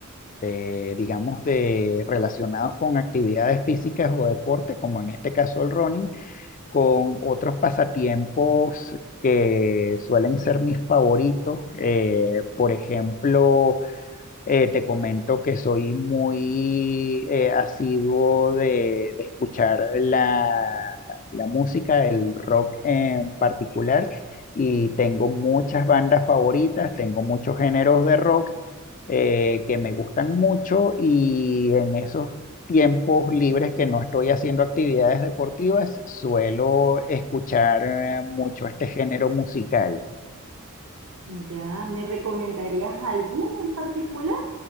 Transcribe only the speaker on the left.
eh, digamos, de, relacionados con actividades físicas o deporte, como en este caso el running con otros pasatiempos que suelen ser mis favoritos. Eh, por ejemplo, eh, te comento que soy muy eh, asiduo de, de escuchar la, la música, el rock en particular. Y tengo muchas bandas favoritas, tengo muchos géneros de rock eh, que me gustan mucho y en esos tiempos libres que no estoy haciendo actividades deportivas, suelo escuchar eh, mucho este género musical.